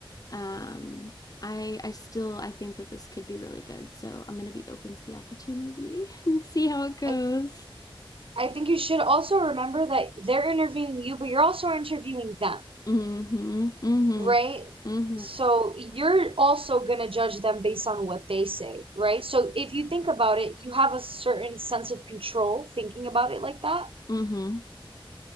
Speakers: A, on the left; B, on the right.
A: um, I I still I think that this could be really good. So I'm gonna be open to the opportunity <laughs> and see how it goes.
B: I th I think you should also remember that they're interviewing you, but you're also interviewing them,
A: Mm-hmm. Mm-hmm.
B: right?
A: Mm-hmm.
B: So you're also gonna judge them based on what they say, right? So if you think about it, you have a certain sense of control thinking about it like that
A: Mm-hmm.